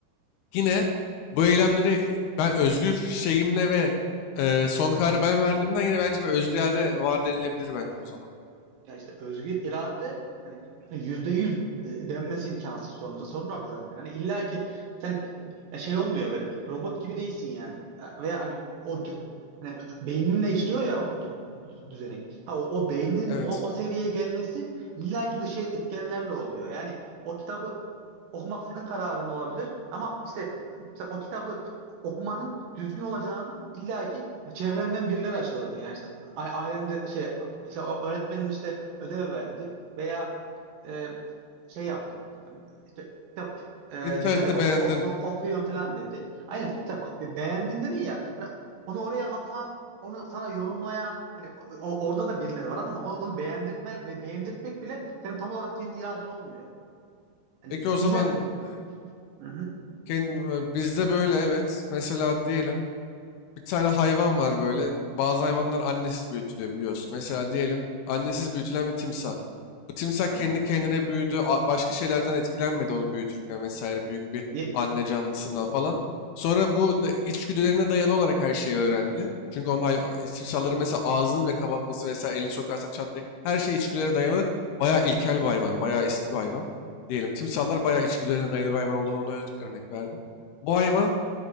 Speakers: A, on the left; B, on the right.
A: yine bu eylemleri ben özgür şeyimle ve e, son kararı ben verdiğimden yine bence bir özgür irade var denilebilir bence o zaman.
B: Ya işte özgür irade hani <laughs> hani yüzde yüz e, denmesi imkansız sorunuza. Sorun orada zaten. Hani illa ki sen ya şey olmuyor böyle robot gibi değilsin yani. Veya hani o dü- hani beyninle işliyor ya bu dü- dü- düzenek. Ha o, o beynin
A: Evet.
B: o, o seviyeye gelmesi illa ki dış etkenlerle oluyor. Yani o kitabı Okumak senin kararın olabilir. Ama işte mesela o kitabı okumanın düzgün olacağını illaki çevrenden birileri aşıladı. Yani işte a- ailende şey mesela o öğretmenin işte ödev verdi veya e, şey yaptın. İşte, işte kitap e,
A: İnternette
B: güzel oku,
A: beğendin.
B: oku, okuyun falan dedi. Aynen. Mesela bak be- beğendin dedin ya. Hani onu oraya atan, onu sana yorumlayan hani o- o- orada da birileri var ama onu, onu beğendirtme, beğendirtmek bile senin tam olarak kendi iraden olmuyor. Hani
A: Peki o
B: illa
A: zaman e,
B: Hı hı.
A: kend- bizde böyle evet. Mesela diyelim. Bir tane hayvan var böyle. Bazı hayvanlar annesiz büyütülüyor biliyorsun. Mesela diyelim annesiz büyütülen bir timsah. Bu timsah
B: Tamam.
A: kendi kendine büyüdü. a- Başka şeylerden etkilenmedi onu büyütürken vesaire büyük bir
B: Niye?
A: anne canlısından falan. Sonra bu da içgüdülerine dayalı olarak her şeyi öğrendi. Çünkü onun hay timsahların mesela ağzını bile kapatması vesaire elini sokarsan çatlayı her şey içgüdülere dayalı. Bayağı ilkel bir hayvan, bayağı eski bir hayvan. Diyelim timsahlar bayağı içgüdülerine dayalı bir hayvan olduğunu ona örnek verdim. Bu hayvan